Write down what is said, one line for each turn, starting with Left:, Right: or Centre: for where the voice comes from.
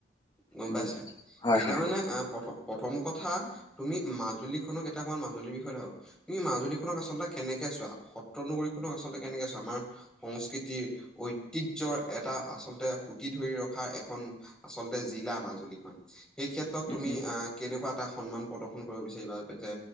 Centre: গম
Left: উম
Centre: পাইছা,
Left: হয়
Centre: এতিয়া
Left: হয়
Centre: মানে আহ প্ৰথম প্ৰথম কথা তুমি মাজুলীখনক এটা অকমান মাজুলীৰ বিষয়লৈ আহ এই মাজুলীখনক আচলতে কেনেকে চোৱা, সত্ৰনগৰীখননক আচলতে কেনেকে চোৱা, আমাৰ সংস্কৃতিৰ ঐতিহ্যৰ এটা আচলতে সুতি ধৰি ৰখাৰ এখন আচলতে জিলা মাজুলীখন। সেই ক্ষেত্ৰত
Left: উম
Centre: তুমি আহ, কেনেকুৱা এটা সন্মান প্ৰদৰ্শন কৰিব বিচাৰিবা, যে